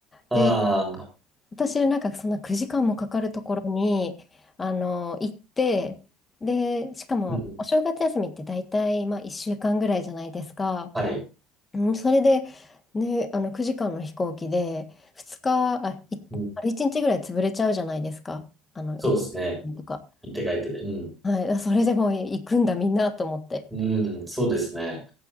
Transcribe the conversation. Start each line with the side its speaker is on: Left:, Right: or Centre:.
Centre: ああ、
Left: で、私なんか、そんな9時間もかかるところに、あの、行って、で、しかも、
Centre: うん。
Left: お正月休みって大体、まあ、1週間ぐらいじゃないですか。
Centre: はい。
Left: うん、それで、ね、あの9時間の飛行機で2日、あ、い、
Centre: うん。
Left: あれ1日ぐらい潰れちゃうじゃないですか。あの、行って帰ってとか。
Centre: そうですね。行って帰ってで。うん。
Left: はい、あそれでもう行くんだみんなと思って。
Centre: うん。そうですね。